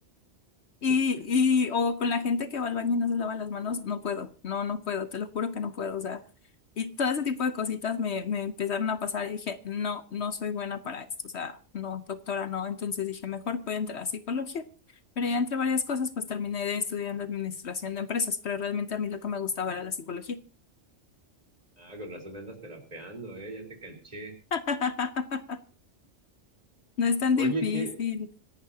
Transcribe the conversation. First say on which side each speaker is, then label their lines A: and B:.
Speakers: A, on the left; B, on the right.
A: Y,
B: <laughs>
A: y, o con la gente que va al baño y no se lava las manos, no puedo, no, no puedo, te lo juro que no puedo, o sea, y todo ese tipo de cositas me, me empezaron a pasar y dije, no, no soy buena para esto, o sea, no, doctora, no, entonces dije, mejor voy a entrar a psicología, pero ya entre varias cosas, pues terminé de estudiando administración de empresas, pero realmente a mí lo que me gustaba era la psicología.
B: Ah, con razón me andas terapeando, eh, ya te canché.
A: <laughs> No es tan
B: Oye,
A: difícil.
B: que